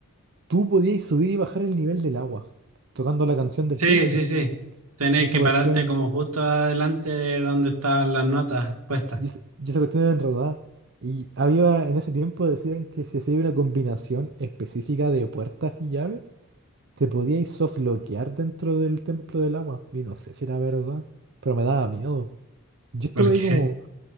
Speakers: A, on the right; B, on the right.
A: tú podías subir y bajar el nivel del agua, tocando la canción del
B: Sí,
A: tiempo.
B: sí, sí. Tenías
A: Y esa
B: que
A: cuestión...
B: pararte como justo adelante de donde estaban las notas puestas.
A: Y, es- y esa cuestión era enredada. Y había, en ese tiempo decían que si hacía una combinación específica de puertas y llaves, te podíais softloquear dentro del templo del agua. Y no sé si era verdad, pero me daba miedo. Yo estuve
B: ¿Por qué?
A: ahí como,
B: <laughs>